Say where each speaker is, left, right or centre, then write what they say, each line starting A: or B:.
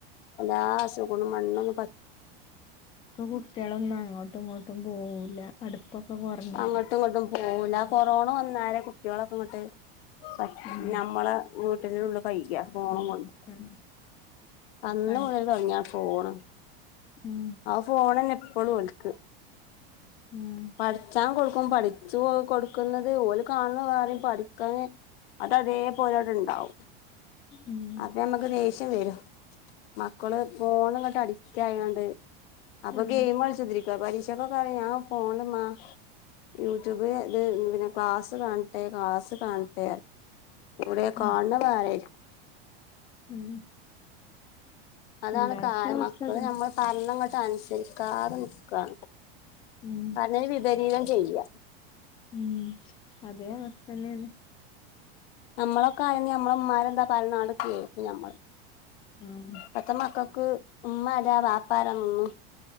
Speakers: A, on the left; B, on the left.
A: എല്ലാ അസുഖവുമുണ്ട് മണ്ണിനു
B: തു കുട്ടികൾ എന്നാ അങ്ങോ അങ്ങോട്ടും ഇങ്ങോട്ടും പോവൂല അടുപ്പൊക്കെ കുറഞ്ഞ്
A: അങ്ങോട്ടും ഇങ്ങോട്ടും പോവൂല കൊറോണ വന്നാലേ കുട്ടികളൊക്കെ ഇങ്ങോട്ട് പക്ഷേ
B: ഉം
A: നമ്മള് വീട്ടിലുള്ള കഴിക്ക ഫോണും കൊണ്ട്
B: ഉം
A: അന്ന്
B: പണ്ട്
A: മുതൽ തുടങ്ങിയ ഫോണ്
B: ഉം
A: ആഹ് ഫോണ് തന്നെ ഫോൺ വൾക്
B: ഉം
A: പഠിച്ചാൻ കൊടു ഇപ്പം പഠിച്ചു കൊടുക്കുന്നത് ഓന് കാണുന്ന കാര്യം പഠിക്കാന് അത അതേപോലവിടെ ഉണ്ടാവും
B: ഉം
A: അപ്പൊ നമ്മുക്ക് ദേഷ്യം വരും മക്കള് ഫോൺ ഇങ്ങോട്ട് അഡിക്റ്റ് ആയൊണ്ട് അപ്പൊ
B: ഉം
A: ഗെയിം കളിചൊത്തിരി ഇപ്പ പരീക്ഷ ഒക്കെ കഴിഞ്ഞോ ഫോണുമ്മ യൂട്യൂബ് ഇത് പിന്നെ ക്ലാസ്സ് കാണട്ടെ ക്ലാസ് കാണട്ടെ ഇവിടെ കണുന്ന
B: ഉം
A: വരെ
B: ഉം
A: അതാണ്
B: എല്ലായിടത്തും
A: കാരണം
B: അവസ്ഥ
A: അപ്പൊ
B: അതന്നെ
A: ഞമ്മള് പറെണങ്ങോട്ട് അനുസരിയ്ക്കും കാറൂം ഇക്ക
B: ഉം
A: അതെ വിവരികൾ ചെയ്യാം
B: ഉം അതേ അവസ്ഥ തന്നെ അല്ലേ
A: നമ്മളൊക്കെ ആയ ഞമ്മളുമ്മാര് എന്താ പറയുന്നെ അത് കേൾക്കു ഞമ്മള്
B: ഉം
A: പത്ത് മക്കൾക്കും ക്ക് ഉമ്മ ആരാ ബാപ്പ ആരാന്നൊന്നും